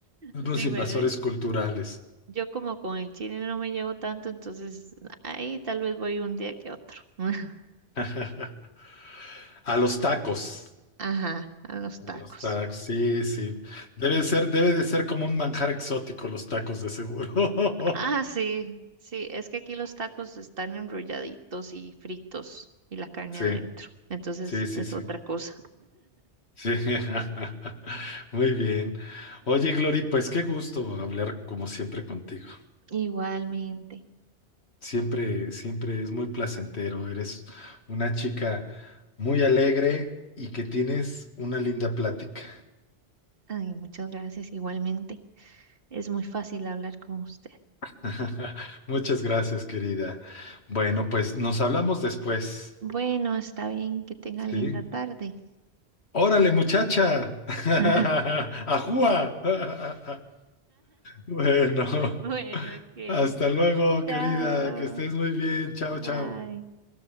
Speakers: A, on the left; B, on the right.
A: unos
B: Sí,
A: invasores
B: pero
A: culturales.
B: yo como con el chile no me llevo tanto, entonces ahí tal vez voy un día que otro. <laughs>
A: <laughs> A los tacos,
B: Ajá, a los tacos.
A: a los tacos, sí, sí. Debe ser, debe de ser como un manjar exótico los tacos de seguro. <laughs>
B: Ah, sí, sí, es que aquí los tacos están enrolladitos y fritos y la carne
A: Sí,
B: adentro. Entonces
A: sí, sí,
B: es
A: sí.
B: otra cosa.
A: Sí. <laughs> Muy bien. Oye, Glory, pues qué gusto hablar como siempre contigo.
B: Igualmente.
A: Siempre, siempre es muy placentero. Eres una chica muy alegre y que tienes una linda plática.
B: Ay, muchas gracias. Igualmente. Es muy fácil hablar con usted.
A: <laughs> Muchas gracias, querida. Bueno, pues nos hablamos después,
B: Bueno, está bien. Que tenga linda
A: ¿sí?
B: tarde.
A: Órale, muchacha. <laughs>
B: <laughs>
A: Ajúa. <laughs> Bueno,
B: Bueno, ok.
A: hasta luego,
B: Chao.
A: querida. Que estés muy bien. Chao,
B: Bye.
A: chao.